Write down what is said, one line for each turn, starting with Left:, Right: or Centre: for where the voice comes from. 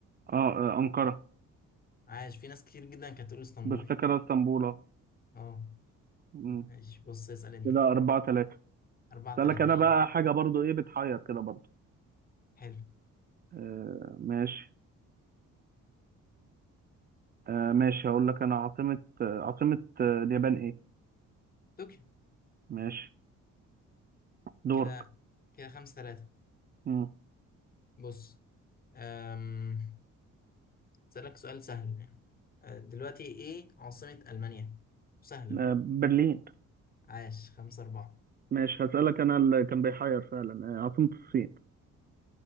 Right: اه آه، أنقرة
Left: عايش في ناس كتير جدا كانت تقول اسطنبول
Right: بفتكرها اسطنبول اه
Left: اه
Right: مم.
Left: ماشي بص اسأل انت
Right: كده أربعة تلاتة
Left: أربعة
Right: اسألك
Left: تلاتة
Right: انا
Left: ليه
Right: بقى حاجة برضو ايه بتحير كده برضو
Left: حلو
Right: آه ماشي آه ماشي هقول لك انا عاصمة آه عاصمة آه اليابان ايه
Left: طوكيو
Right: ماشي دورك
Left: كده كده خمسة تلاتة
Right: مم.
Left: بص أم... اسألك سؤال سهل يعني أه، دلوقتي ايه عاصمة ألمانيا سهلة
Right: آه برلين
Left: عاش خمسة أربعة
Right: ماشي هسألك انا اللي كان بيحير فعلا آه عاصمة الصين